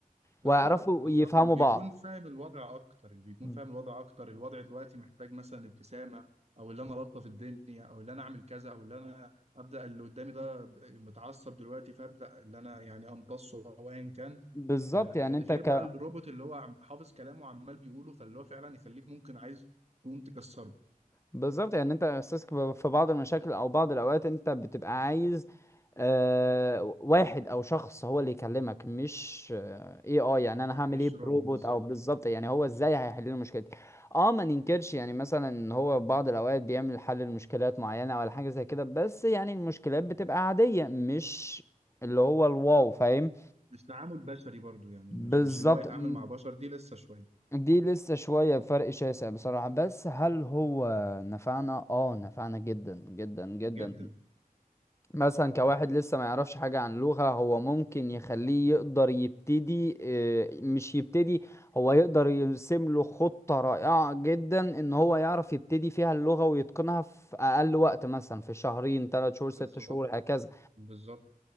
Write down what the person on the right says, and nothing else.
بالظبط
بالظبط
وبيكون
فاهم الوضع اكتر وبيكون
فاهم الوضع اكتر الوضع دلوقتي محتاج مثلا ابتسامه او اللي انا الطف الدنيا او اللي انا اعمل كذا او اللي انا ابدا اللي قدامي ده ب- متعصب دلوقتي فابدا اللي انا يعني امتصه او ايا كان
ف-
غير
بقى الروبوت اللي هو عم- حافظ كلامه وعمال بيقوله فاللي هو فعلا يخليك ممكن عايز تقوم تكسره
مش
روبوت
بالظبط
مش تعامل بشري برضو يعني
مش مش اللي هو يتعامل
مع بشر دي لسه شويه
جدا
بالظبط
بالظبط